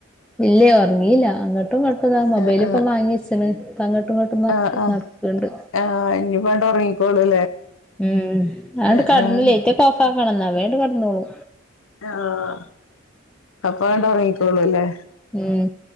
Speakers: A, in the centre; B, on the left.
A: ഇല്ലയോ ഉറങ്ങീല്ല അങ്ങോട്ടും പെട്ടതാ മൊബൈല
B: ആഹ് ആഹ്
A: ഇപ്പം വാങ്ങി വച്ചണ് തങ്ങോട്ടും ഇങ്ങോട്ടും നടക്ക്
B: ആഹ് ആഹ്
A: നടക്കണ്ട്
B: ആഹ് ഇനിപ്പണ്ട് ഉറങ്ങിക്കോളൂല്ലേ
A: ഉം അിട്ട്
B: ഉം
A: കടന്നില്ലേ
B: ഉം
A: റ്റ കോഫ ആക്കണന്ന അവേട്ട് കടന്നോളൂ
B: ആഹ അപ്പ അങ്ങണ്ട ഉറങ്ങിക്കോളൂ അല്ലേ
A: ഉം